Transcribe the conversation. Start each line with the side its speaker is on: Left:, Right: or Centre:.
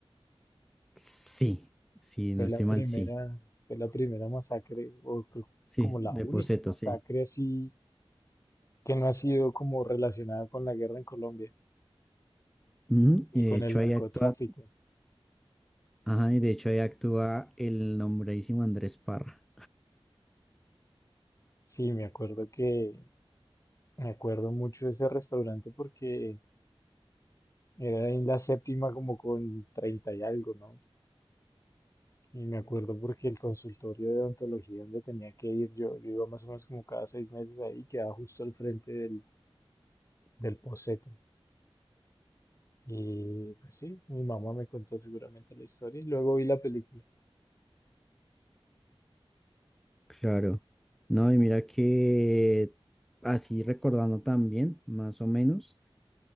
Centre: Sí, sí,
Left: Fue
Centre: no
Left: la
Centre: estoy
Left: primera,
Centre: mal, sí.
Left: fue la primera masacre, o creo que
Centre: Sí,
Left: como la
Centre: de
Left: única
Centre: Poseto,
Left: masacre
Centre: sí.
Left: así que no ha sido como relacionada con la guerra en Colombia
Centre: Ujú,
Left: ni
Centre: Y
Left: con
Centre: de hecho
Left: el narcotráfico.
Centre: ahí actúa, ajá, y de hecho ahí actúa el nombradísimo Andrés Parra.
Left: Sí, me acuerdo que, me acuerdo mucho de ese restaurante porque era en la séptima como con 30 y algo, ¿no? Y me acuerdo porque el consultorio de odontología donde tenía que ir, yo, yo iba más o menos como cada seis meses ahí, quedaba justo al frente del, del Poseto. Y pues sí, mi mamá me contó seguramente la historia y luego vi la película.
Centre: Claro. No, y mira que así recordando también, más o menos,